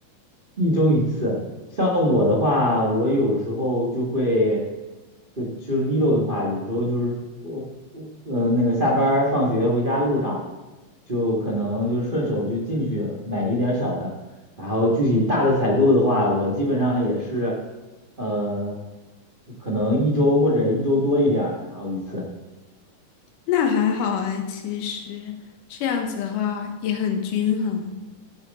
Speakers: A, on the right; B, on the left.
A: 一周一次啊。像我的话，我有时候就会，就就是 Lido 的话，有时候就是我我呃那个下班儿放学回家路上，就可能就顺手就进去买一点儿小的，然后具体大的采购的话，我基本上也是，呃，可能一周或者一周多一点儿，然后一次。
B: 那还好哎，其实这样子的话也很均衡。